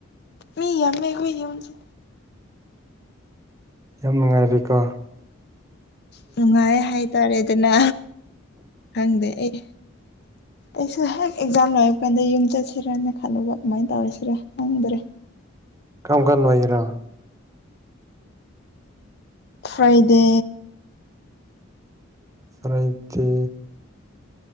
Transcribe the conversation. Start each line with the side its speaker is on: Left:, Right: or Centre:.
Left: ꯃꯤ ꯌꯥꯃꯦꯈ ꯍꯨꯁꯨ
Right: ꯌꯥꯝ ꯅꯨꯡꯉꯥꯏꯕꯤꯀ
Left: ꯅꯨꯡꯉꯥꯏ ꯍꯥꯏꯇꯥꯔꯦꯗꯅ ꯈꯪꯗꯦ ꯑꯩ ꯑꯩꯁꯨ ꯍꯦꯛ ꯑꯦꯛꯖꯥꯝ ꯂꯣꯏꯕ ꯀꯥꯟꯗ ꯌꯨꯝ ꯆꯠꯁꯤꯔꯅ ꯈꯜꯂꯨꯕ ꯑꯗꯨꯃꯥꯏꯅ ꯇꯧꯔꯁꯤꯔ ꯈꯪꯗ꯭ꯔꯦ
Right: ꯀꯔꯝ ꯀꯥꯟꯅꯨꯡꯉꯥꯏꯔ
Left: ꯐ꯭ꯔꯥꯏꯗꯦ
Right: ꯁꯔꯥꯏꯇ